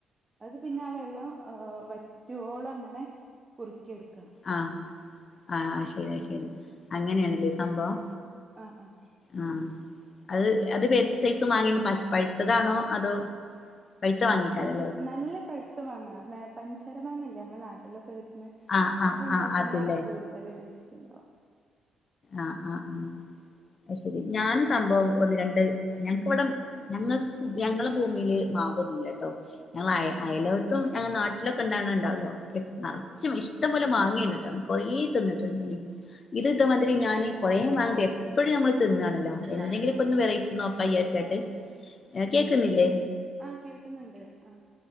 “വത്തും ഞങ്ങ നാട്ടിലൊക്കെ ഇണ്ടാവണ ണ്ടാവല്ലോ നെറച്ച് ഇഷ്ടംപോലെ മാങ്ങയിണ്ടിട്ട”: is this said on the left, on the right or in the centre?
Left